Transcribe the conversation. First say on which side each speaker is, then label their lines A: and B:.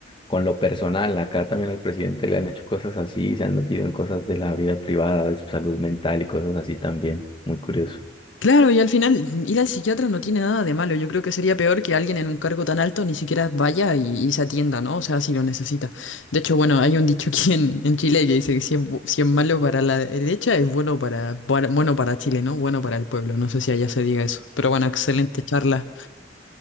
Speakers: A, on the left; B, on the left.
A: con lo personal, acá también al presidente le han hecho cosas así, se han metido en cosas de la vida privada, de su salud mental y cosas así también, muy curioso.
B: claro, y al final ir al psiquiatra no tiene nada de malo. Yo creo que sería peor que alguien en un cargo tan alto ni siquiera vaya y, y se atienda, ¿no? O sea, si lo necesita. De hecho, bueno, hay un dicho aquí en, en Chile que dice que si es, bu- si es malo para la derecha, es bueno para, para- bueno para Chile, ¿no? Bueno para el pueblo. No sé si allá se diga eso. Pero bueno, excelente charla.